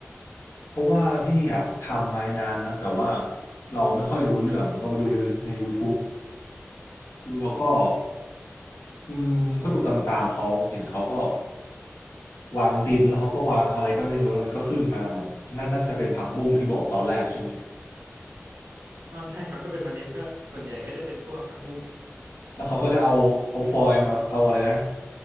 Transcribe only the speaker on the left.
เพราะว่าพี่อยากทำไม้น้ำนะแต่ว่าเราไม่ค่อยรู้เรื่องเราไปดูในยูท t บ b e แล้วก็อืมก็ดูตามๆเขาเห็นเขาก็วางดินแล้วเขาก็วางอะไรก็ไม่รู้แล้วมันก็ขึ้นมาเหมือนน่าน่าจะเป็นผักบุ้งที่บอกตอนแรกใช่ไหม
แล้วเขาก็จะเอาเอาฟอยล์มาเอาอะไรนะ